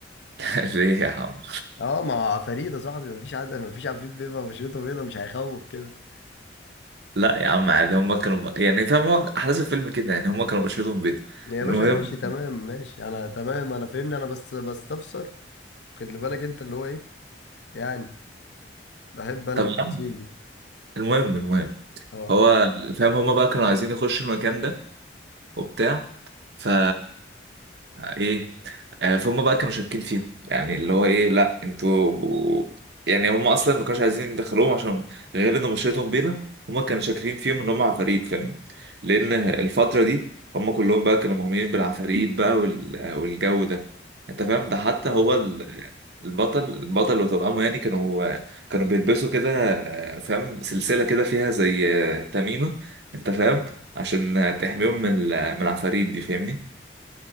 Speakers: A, on the right (about 60°); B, on the left (about 70°).
A: <laughs> ليه يا عم
B: اه ما هو عفاريت يا صاحبي مفيش عاد مفيش عفريت بيبقى بشرته بيضه مش هيخوف كده
A: لا يا عم عادي هما كانوا يعني فاهم هو احداث الفيلم كده يعني هما كانوا بشرتهم بيضة
B: يا
A: المهم
B: باشا ماشي تمام ماشي انا تمام انا فاهمني انا بس بستفسر خد لي بالك انت اللي هو ايه يعني بحب انا
A: طب
B: التفاصيل
A: يا عم
B: دي
A: المهم المهم
B: اه
A: هو فاهم هما بقى كانوا عايزين يخشوا المكان ده وبتاع فا ايه آه، فهم بقى كانوا شاكين فيهم يعني اللي هو ايه لا انتوا يعني هم اصلا ما كانوش عايزين يدخلوهم عشان غير ان بشرتهم بيضة هم كانوا شاكرين فيهم ان هم عفاريت فاهم لان الفترة دي هم كلهم بقى كانوا مؤمنين بالعفاريت بقى وال... والجو ده انت فاهم ده حتى
B: اه
A: هو ال... البطل البطل وتوأمه يعني كانوا كانوا بيلبسوا كده آه، فاهم سلسلة كده فيها زي آه، تميمة انت فاهم عشان تحميهم من ال- من العفاريت دي فاهمني